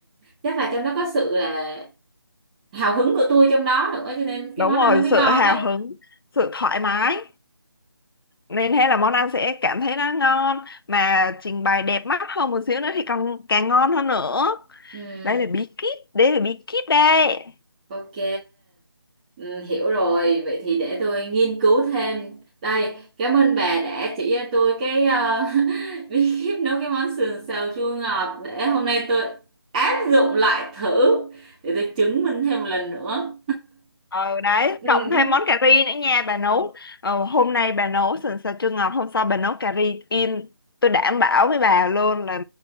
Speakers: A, on the right; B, on the left.
A: chắc là trong đó có sự là hào hứng của tôi trong đó nữa cho nên cái
B: đúng
A: món
B: rồi
A: ăn nó mới ngon
B: sự hào
A: đấy
B: hứng sự thoải mái nên thế là món ăn sẽ cảm thấy nó ngon mà trình bày đẹp mắt hơn một xíu nữa thì còn càng ngon hơn nữa
A: ừ
B: đây là bí kíp đây là bí kíp đây
A: Ok, ừ, hiểu rồi. Vậy thì để tôi nghiên cứu thêm. Đây, cảm ơn bà đã chỉ cho tôi cái ờ, <laughs> bí kíp nấu cái món sườn xào chua ngọt để hôm nay tôi áp dụng lại thử để tôi chứng minh thêm một lần nữa.
B: ờ đấy
A: Ừ.
B: cộng thêm món cà ri nữa nha bà nấu ờ, hôm nay bà nấu sườn xào chua ngọt hôm sau bà nấu cà ri in tôi đảm bảo với bà luôn là